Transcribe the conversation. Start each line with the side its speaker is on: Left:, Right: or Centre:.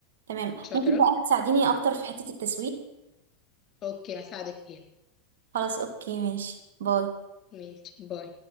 Right: تمام
Left: شاطرة
Right: ممكن بقى تساعديني اكتر في حتة التسويق
Left: اوكي هساعدك فيها
Right: خلاص اوكي ماشي باي
Left: ماشي باي